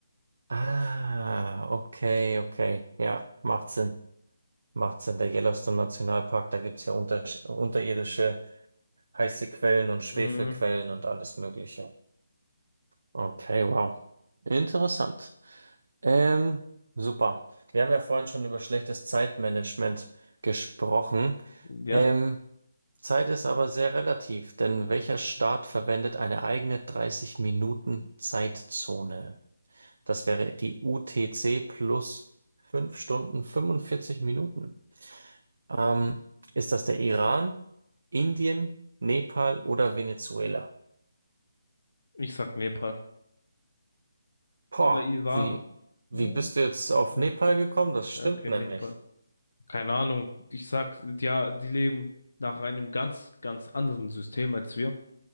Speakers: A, on the right; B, on the left.
A: Ah, okay, okay. Ja, macht Sinn. Macht Sinn. Der Yellowstone Nationalpark, da gibt's ja unter unterirdische heiße Quellen und Schwefelquellen
B: Mhm.
A: und alles Mögliche. Okay, wow. Interessant. Ähm, super. Wir haben ja vorhin schon über schlechtes Zeitmanagement gesprochen.
B: Ja,
A: Ähm, Zeit ist aber sehr relativ, denn welcher Staat verwendet eine eigene 30 Minuten Zeitzone? Das wäre die UTC plus 5 Stunden 45 Minuten. Ähm, ist das der Iran, Indien, Nepal oder Venezuela?
B: ich sag Nepal.
A: Boah,
B: Oder Iran.
A: wie, wie
B: Mhm.
A: bist du jetzt auf
B: Ja,
A: Nepal gekommen? Das stimmt
B: Ja, okay,
A: nämlich.
B: Nepal. Keine Ahnung. Ich sag, ja, die leben nach einem ganz, ganz anderen System als wir.